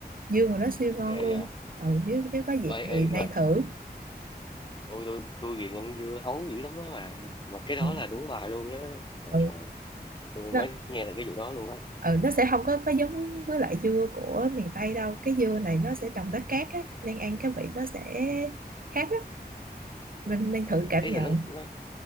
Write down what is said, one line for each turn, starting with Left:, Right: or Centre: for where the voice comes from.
Right: dưa mà nó siêu ngon
Left: ghê vậy
Right: luôn ừ nếu nếu có dịp
Left: ê
Right: thì
Left: ê
Right: nên
Left: mà
Right: thử
Left: tôi tôi tôi ghiền ăn dưa hấu dữ lắm á bà mà cái đó
Right: ừ,
Left: là đúng bài luôn á trời
Right: ừ.
Left: trời tôi
Right: nó
Left: mới nghe được cái vụ đó luôn á
Right: ừ, nó sẽ không có có giống với lại dưa của miền Tây đâu cái dưa này nó sẽ trồng đất cát ấy, nên ăn cái vị nó sẽ khác lắm mình nên
Left: Ờ,
Right: thử cảm
Left: ý
Right: nhận
Left: là nó nó